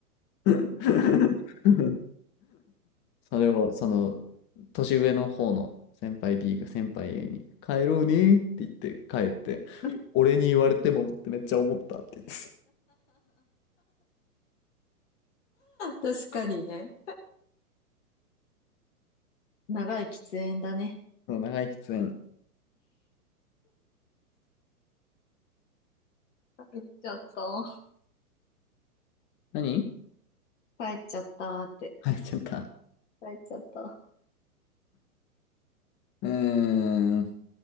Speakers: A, on the left (about 25°); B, on the left (about 50°).
A: <laughs> それをその年上の方の先輩 B が先輩 A に帰ろうねって言って帰って、
B: ん
A: 俺に言われてもってめっちゃ思ったって言って、そ
B: 確かにね。長い喫煙だね。
A: の長い喫煙。
B: 帰っちゃった。
A: 何 <laughs>
B: 帰っちゃったって。
A: 入っちゃった。
B: 帰っちゃった。
A: うーん。